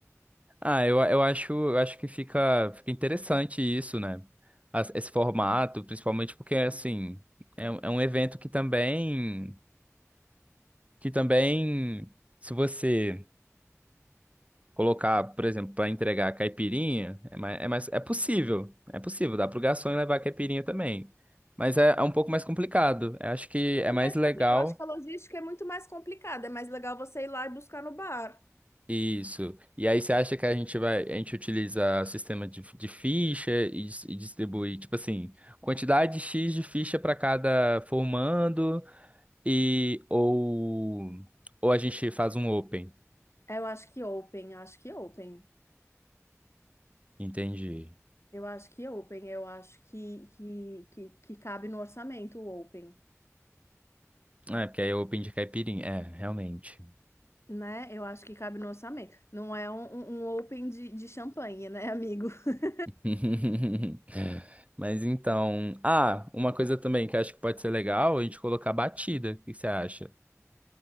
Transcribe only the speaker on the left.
É
mais
compli- Eu acho que a logística é muito mais complicada. É mais legal você ir lá e buscar no bar.
É, Eu acho que open, acho que open.
Eu acho que open, eu acho que, que, que, que cabe no orçamento o open,
né? Eu acho que cabe no orçamento. Não é um, um- um open de, de champanhe, né, amigo? <laughs>